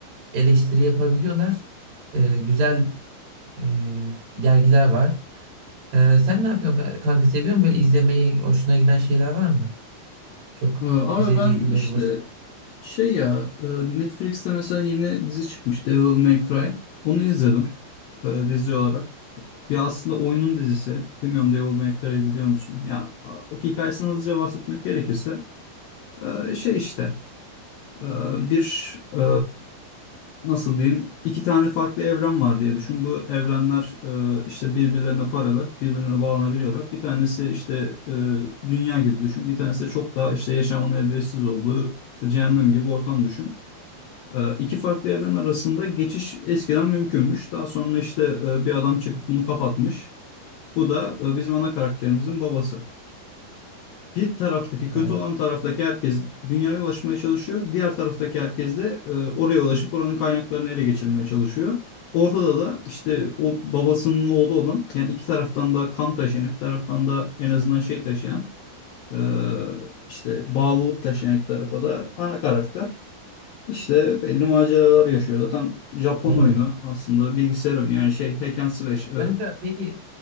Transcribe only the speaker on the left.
Ee, Abi
ben işte
şey ya e, Netflix'te mesela yeni dizi çıkmış Devil May Cry. Bunu izledim e, dizi olarak. ya aslında oyunun dizisi. Bilmiyorum Devil May Cry'ı biliyor musun? Ya a- hikayesini hızlıca bahsetmek gerekirse e, şey işte e, bir e, nasıl diyeyim iki tane farklı evren var diye düşün. Bu evrenler e, işte birbirlerine paralel, birbirlerine bağlanabiliyorlar. Bir tanesi işte e, dünya gibi düşün. Bir tanesi de çok daha işte yaşamın elverişsiz olduğu işte cehennem gibi ortam düşün. E, iki farklı evren arasında geçiş eskiden mümkünmüş. Daha sonra işte e, bir adam çıkıp bunu kapatmış. Bu da e, bizim ana karakterimizin babası. Bir taraftaki kötü
olan taraftaki herkes dünyaya ulaşmaya çalışıyor. Diğer taraftaki herkes de e, oraya ulaşıp oranın kaynaklarını ele geçirmeye çalışıyor. Ortada da işte o babasının oğlu olan yani iki taraftan da kan taşıyan, iki taraftan da en azından şey taşıyan e, işte bağlılık taşıyan iki tarafa da ana karakter. İşte belli maceralar yaşıyor. Zaten Japon
oyunu aslında bilgisayar oyunu yani şey hack and slash e,